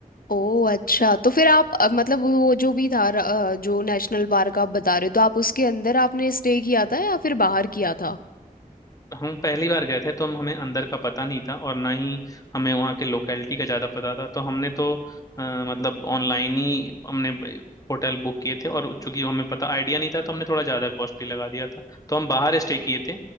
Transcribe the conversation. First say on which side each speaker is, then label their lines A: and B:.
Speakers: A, on the left; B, on the left.
A: ओह अच्छा तो फिर आप अ, मतलब वो वो जो भी था र- अ, जो नेशनल पार्क आप बता रहे हो तो आप उसके अंदर आपने स्टे किया था या फिर बाहर किया था
B: हम पहली बार गए थे तो हम हमें अंदर का पता नहीं था और ना ही हमें वहाँ के लोकेलिटी का ज़्यादा पता था तो हमने तो अ, मतलब ऑनलाइन ही हमने होटल बुक किए थे और चूंकि हमें पता आइडिया नहीं था तो हमने थोड़ा ज़्यादा कॉस्टली लगा दिया था तो हम बाहर स्टे किए थे